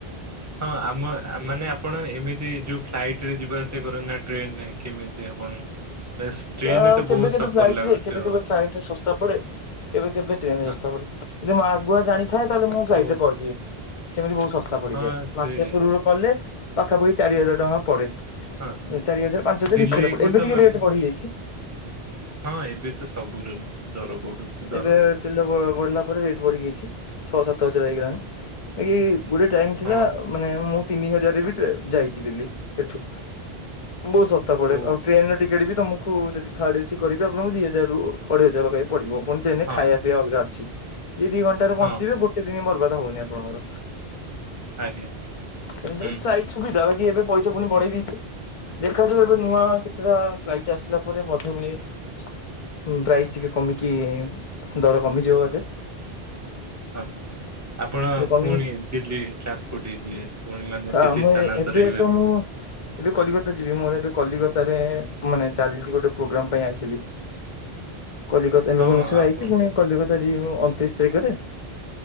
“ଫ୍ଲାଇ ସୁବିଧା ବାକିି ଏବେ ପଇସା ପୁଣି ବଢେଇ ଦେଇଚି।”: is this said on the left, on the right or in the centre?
Left